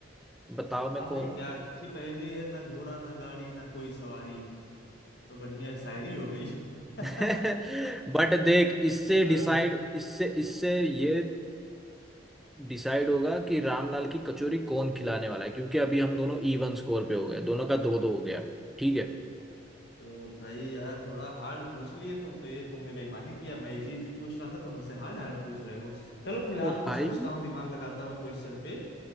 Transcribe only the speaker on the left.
अच्छा, वाह
भाई
क्या अच्छी पहेली है ना घोड़ा ना गाड़ी ना कोई सवारी तो बढ़िया शायरी हो गई <laughs>
अ,
तो भाई यार थोड़ा हार्ड पूछ लिए तुम तो ये तुमने बेईमानी किया मैं इजी इजी पूछ रहा था तुम मुझसे हार्ड हार्ड पूछ रहे हो चलो फिलहाल
मैं
सोचता हूँ दिमाग लगाता हूँ क्वेश्चन पे